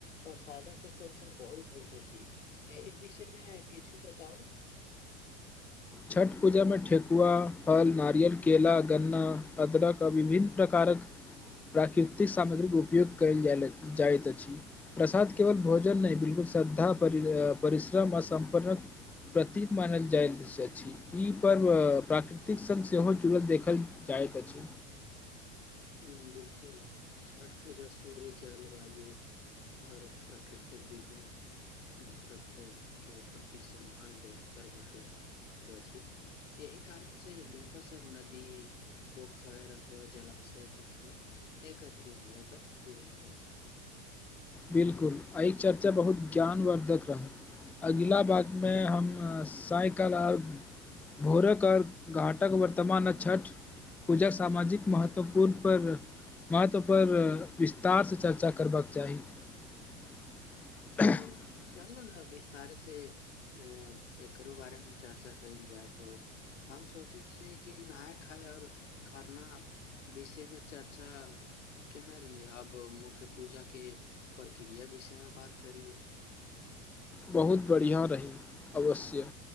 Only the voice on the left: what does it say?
प्रसाद के चर्चा बहुत होइत छी एहि विषयमे किछु बताउ।
बिलकुल छठ पूजा सूर्य, जल, वायु आऔर प्रकृतिक विभिन्न तत्व के प्रति सम्मान व्यक्त करबाके हो छै एही कारण से लोको सब नदी, पोखरि अथवा जलाशय तट पर एकत्रित भए कर पूजा करैत छथिन।
तो चलू ने बीस्तारीख। से अ एकरो बारे मे चर्चा कयल जाय तो हम सोचे छियै कि नहाय खाय आऔर खरना विषय मे चर्चा केने रहीयै। आब मुख्य पूजा के प्रक्रिया विषय मे बात करियै।